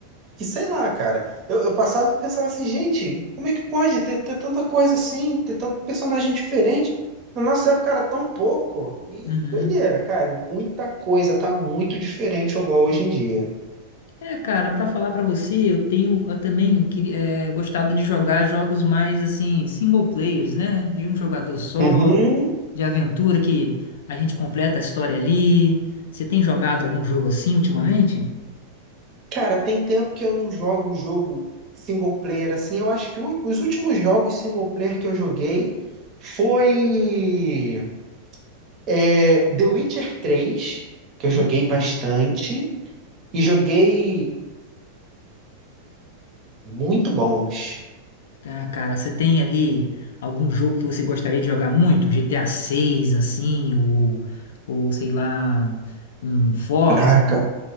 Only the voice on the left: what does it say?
Uhum.
É, cara, pra falar pra você, eu tenho eu também que- eh, gostado de jogar jogos mais assim, single players, né? De um jogador só,
de aventura que a gente completa a história ali. Você tem jogado algum jogo assim ultimamente?
Muito
bom.
Tá, cara, você tem ali algum jogo que você gostaria de jogar muito? GTA 6, assim, ou, ou sei lá, um Forza,